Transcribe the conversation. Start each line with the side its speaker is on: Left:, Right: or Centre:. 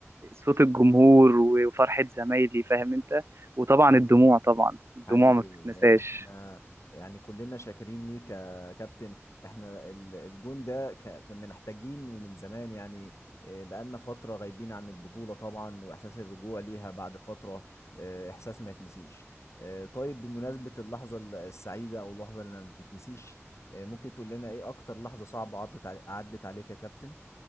Right: صوت الجمهور وفرحة زمايلي فاهم أنت وطبعا
Left: حقيقي
Right: الدموع طبعا الدموع
Left: حقيقي
Right: ما بتتنساش
Left: احنا يعني كلنا شاكرين ليك يا كابتن احنا ال- الجون ده ك- كنا محتاجين ومن زمان يعني اه، بقالنا فترة غايبين عن البطولة طبعا واحساس الرجوع ليها بعد فترة اه، احساس ما يتنسيش اه، طيب بمناسبة اللحظة ال- السعيدة او اللحظة اللي ما بتتنسيش اه، ممكن تقول لنا ايه اكتر لحظة صعبة عدت ع- عدت عليك يا كابتن